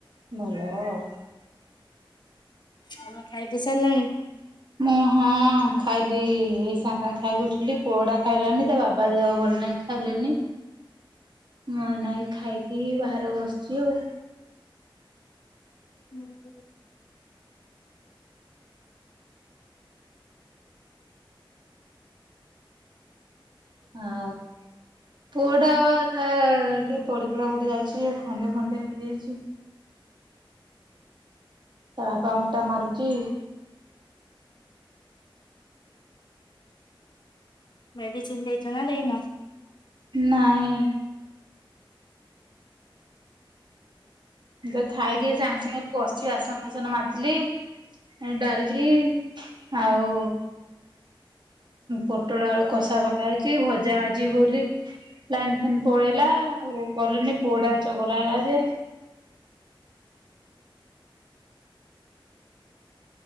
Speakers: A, on the right; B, on the left.
A: ଭଲ ଆଉ।
B: ତମେ ଖାଇ ପି ସାରିଲଣି?
A: ମୁଁ- ହଁ ଖାଇଲି ଏଇ ସାଙ୍ଗେ ସାଙ୍ଗେ ଖାଇକି ଉଠିଲି। ପୁଅଟା ଖାଇଲାନି ତା ବାବା ଦେହ ଭଲ ନାହିଁ ଖାଇଲେନି ମୁଁ ଏଇନାକେ ଏଇ ଖାଇକି ବାହାରେ ବସିଚି ଆଉ।
B: ହୁଁ।
A: ହଁ- ପୁଅଟା ପା ତା ଯଉ ପଡିପୁଡା କଉଠେ ଯାଇଚି ଯେ ଖଣ୍ଡିଆ ଖଣ୍ଡିଆ ହେଇଯାଇଚି। ତା ବାପା ଅଣ୍ଟା ମାରୁଚି।
B: ମେଡିସିନ୍ ଦେଇଚ ନା ଦେଇନ?
A: ନାଇଁ। ମୁଁ ତ ଖାଇକି ସାଙ୍ଗେ ସାଙ୍ଗେ ବସିଚି ବାସନ ଫାସନ ମାଜିଲି ଏ ଡାଲି ଆଉ ପୋଟଳ ଆଳୁ କଷା କରା ଯାଇଚି ଭଜା ଭାଜିବି ବୋଲି ଲାଇନ୍ ଫାଇନ୍ ପଳେଇଲା ଆଉ କଲିନି ପୁଅଟା ଚଗଲା ହେଲା ଯେ